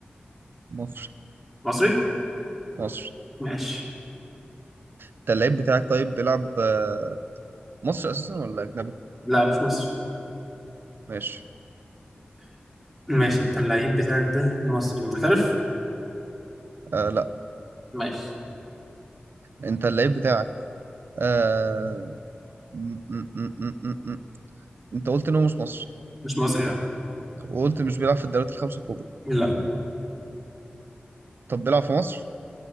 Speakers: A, on the right; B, in the centre.
A: مصر
B: مصري
A: مصر
B: ماشي
A: انت اللعيب بتاعك طيب بيلعب آه مصر اساسا ولا اجنبي
B: لا مش مصري
A: ماشي
B: ماشي انت اللعيب بتاعك ده مصري محترف
A: آه لا
B: ماشي
A: انت اللعيب بتاعك آه م -م -م -م -م. م. انت قلت انه مش مصري
B: مش مصري لا
A: وقلت مش بيلعب في الدوريات الخمسة الكبرى
B: لا
A: طب بيلعب في مصر